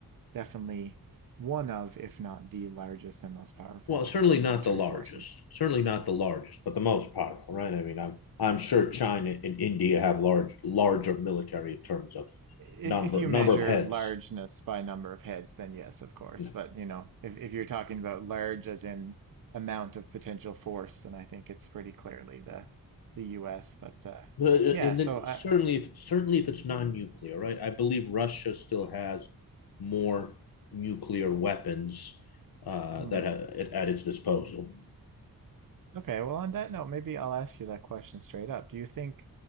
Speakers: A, on the right; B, on the left.
A: definitely one of, if not the largest and most powerful
B: Well, certainly
A: uh, military
B: not the largest,
A: forces.
B: certainly not the largest, but the most powerful, right? I mean, I'm I'm sure China and India have large larger military in terms of
A: If,
B: number
A: if you
B: number
A: measure
B: of heads.
A: largeness by number of heads, then yes, of course.
B: Uh,
A: But you know, if, if you're talking about large as in amount of potential force, then I think it's pretty clearly the the US. But uh,
B: uh,
A: yeah,
B: And
A: so
B: then
A: I,
B: certainly if certainly if it's non-nuclear, right? I believe Russia still has more nuclear weapons uh,
A: hmm.
B: that ha- at, at its disposal.
A: Okay, well, on that note, maybe I'll ask you that question straight up. Do you think